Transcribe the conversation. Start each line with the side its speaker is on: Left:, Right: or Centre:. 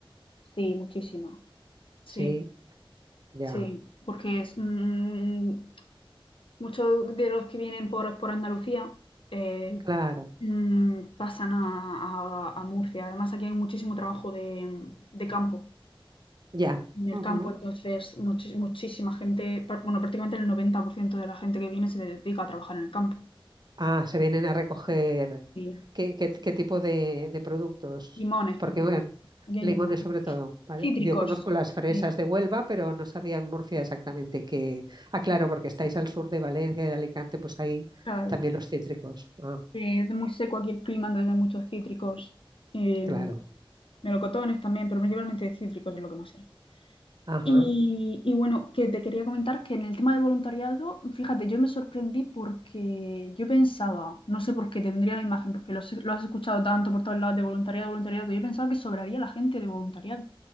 Left: sí, muchísimo. Sí,
Right: Sí, ya,
Left: sí, porque es, mm, muchos de los que vienen por, por Andalucía eh,
Right: claro,
Left: mm, pasan a, a- a Murcia. Además, aquí hay muchísimo trabajo de de campo.
Right: ya.
Left: en el
Right: Ujú.
Left: campo, entonces muchis- muchísima gente, pra- bueno, prácticamente el 90% de la gente que viene se dedica a trabajar en el campo.
Right: Ah, se vienen a recoger.
Left: Sí.
Right: ¿Qué, qué- qué tipo de, de productos?
Left: Limones,
Right: Porque,
Left: principalmente.
Right: bueno,
Left: Aquí
Right: limones
Left: hay limones.
Right: sobre todo, ¿vale?
Left: Cítricos,
Right: Yo conozco las fresas
Left: sí,
Right: de Huelva, pero no sabía en Murcia exactamente qué. Ah, claro, porque estáis al sur de Valencia y de Alicante, pues ahí
Left: claro.
Right: también los cítricos. Ah,
Left: Eh, es muy seco aquí el clima, entonces hay muchos cítricos. Eh,
Right: claro.
Left: melocotones también, pero principalmente cítricos es lo que más hay.
Right: Ajá.
Left: Y, y bueno, que te quería comentar que en el tema del voluntariado, fíjate, yo me sorprendí porque yo pensaba, no sé por qué tendría la imagen, porque lo, has lo has escuchado tanto por todos lados de voluntariado, voluntariado, que yo pensaba que sobraría la gente de voluntariado.